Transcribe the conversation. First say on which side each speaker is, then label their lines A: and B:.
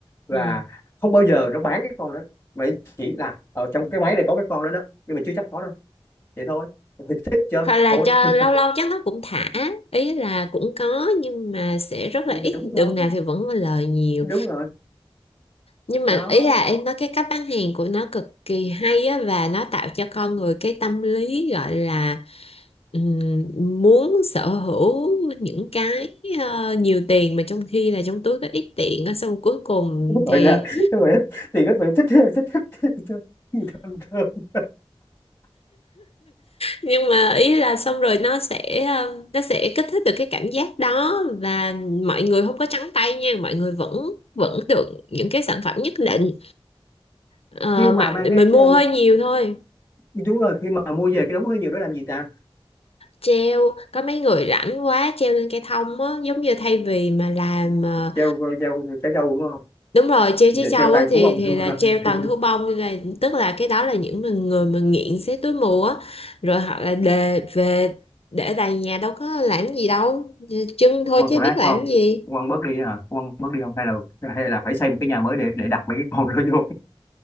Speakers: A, on the left (about 25°); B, on the left (about 85°).
A: và
B: ừ
A: không bao giờ nó bán cái con đó mà chỉ là ở trong cái máy này có cái con đó đó nhưng mà chưa chắc có đâu vậy thôi thì thích chơi
B: hoặc là
A: thôi
B: cho
A: <laughs>
B: lâu lâu chắc nó cũng thả ý là cũng có nhưng mà sẽ rất là
A: thì
B: ít
A: đúng rồi
B: đường nào thì vẫn có lời nhiều
A: đúng rồi
B: nhưng mà
A: đó
B: ý là em nói cái cách bán hàng của nó cực kỳ hay á và nó tạo cho con người cái tâm lý gọi là ừm, muốn sở hữu những cái ờ, nhiều tiền mà trong khi là trong túi có ít tiền á xong cuối cùng
A: gọi
B: thì
A: là <laughs> gọi là thì các bạn thích thích thích thích thích. gì thơm thơm
B: nhưng mà ý là xong rồi nó sẽ ờ, nó sẽ kích thích được cái cảm giác đó và mọi người không có trắng tay nha mọi người vẫn vẫn được những cái sản phẩm nhất định Ờ,
A: khi mà
B: mà
A: mang cái
B: mình mua
A: ờ,
B: hơi nhiều thôi
A: đúng rồi khi mà mua về cái đống hơi nhiều đó làm gì ta
B: treo có mấy người rảnh quá treo lên cây thông á giống như thay vì mà làm ờ,
A: treo ờ, treo treo trâu đúng không
B: đúng rồi treo
A: giờ
B: trái trâu
A: treo toàn
B: á thì
A: thú ông
B: thì
A: không
B: là
A: <laughs>
B: treo
A: à?
B: toàn thú bông nên là tức là cái đó là những mà người mà nghiện xé túi mù á rồi họ là đề về để tại nhà đâu có làm gì đâu ờ, chân thôi
A: con
B: chứ
A: thù ác
B: biết làm
A: đúng không
B: gì
A: Con bớt đi hả Con bớt đi không hay là hay là phải xây một cái nhà mới để để đặt mấy cái con đó